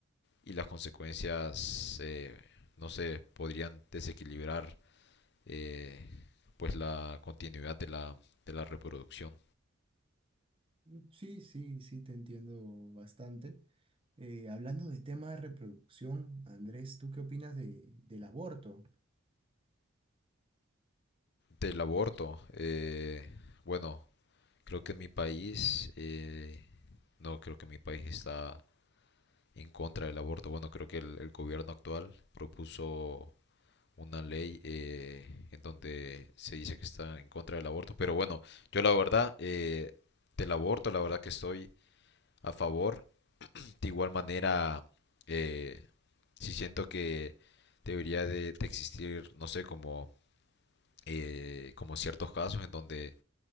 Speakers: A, on the left; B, on the right.
A: y las consecuencias eh, no sé podrían desequilibrar eh, pues la continuidad de la, de la reproducción
B: Mm, Sí, sí, sí, te entiendo bastante. Eh, hablando de tema de reproducción, Andrés, ¿tú qué opinas de, del aborto?
A: del aborto eh, bueno Creo que en mi país, eh, no, creo que mi país está en contra del aborto. Bueno, creo que el, el gobierno actual propuso una ley eh, en donde se dice que está en contra del aborto. Pero bueno, yo la verdad eh, del aborto, la verdad que estoy a favor. De igual manera, eh, sí siento que debería de, de existir, no sé, como, eh, como ciertos casos en donde